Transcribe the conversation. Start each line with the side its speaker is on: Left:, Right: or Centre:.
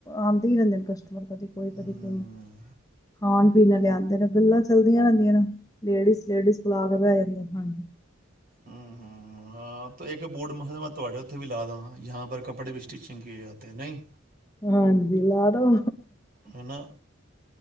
Left: ਆਂਦੇ ਹੀ ਰੇਨਦੇ ਨੇ ਕਸਟ ਕਦੀ ਕੋਈ, ਕਦੀ
Right: ਹੂੰ
Left: ਕੋਈ, ਖਾਣ ਬੀ ਇਨ੍ਹਾਂ ਲਿਆਂਦੇ ਨ, ਗੱਲਾਂ ਚੱਲਦੀਆਂ ਰਹਿੰਦੀਆਂ ਨੇ ਲੇਡੀਸ -ਲੇਡੀਸ ਕੋਲ ਆ ਕੇ ਬਹਿ ਜਾਂਦੇ। ਹਾਂਜੀ।
Right: ਹਮ -ਹਮ ਹਾਂ ਤੇ ਇੱਕ ਬੋਡ, ਮਸ ਮੈਂ ਤੁਹਾਡੇ ਉੱਥੇ ਵੀ ਲਾ ਦਾਂਗਾ। ਯਾਂ ਪਰ ਕੱਪੜੇ ਵੀ ਸਟੀਿਚਿੰਗ ਕੀਏ ਜਾਤੇ ਨਹੀਂ,
Left: ਹਾਂਜੀ ਲਾ ਦੋ
Right: ਹੈ ਨਾ।